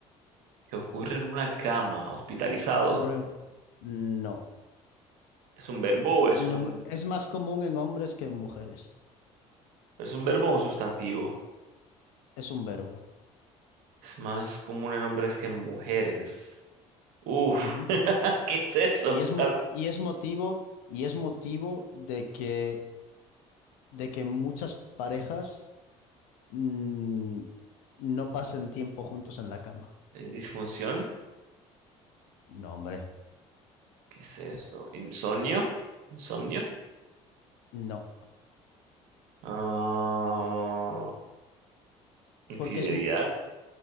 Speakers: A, on the right (about 75°); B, on the left (about 80°).
A: que ocurre en una cama, hospitalizado.
B: ocurre... No,
A: ¿Es un verbo o es un,
B: No, es más común en hombres que en mujeres.
A: es un verbo o un sustantivo?
B: Es un verbo.
A: Es más común en hombres que en mujeres. Uf,
B: Ujú.
A: <laughs> ¿qué es eso?
B: Y es, mo-
A: La-
B: y es motivo, y es motivo de que, de que muchas parejas mm, no pasen tiempo juntos en la cama.
A: ¿es disfunción?
B: No, hombre,
A: ¿Qué es eso? ¿Insomnio? ¿Insomnio?
B: no.
A: Ah, infidelidad.
B: Porque es... m-